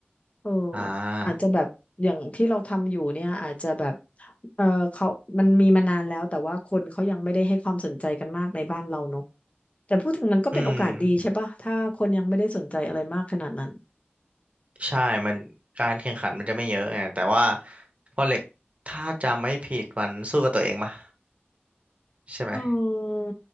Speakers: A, on the left; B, on the right.
A: เออ
B: อ่า
A: อาจจะแบบอย่างที่เราทำอยู่เนี่ยอาจจะแบบเออเขามันมีมานานแล้วแต่ว่าคนเขายังไม่ได้ให้ความสนใจกันมากในบ้านเราเนอะแต่พูดถึงมันก็เป็นโอกาสดีใช่ปะถ้าคนยังไม่ได้สนใจอะไรมากขนาดนั้น
B: อืม ใช่มันการแข่งขันมันจะไม่เยอะไงแต่ว่าพอเหล็กถ้าจำไม่ผิดมันสู้กับตัวเองปะใช่ไหม
A: เออ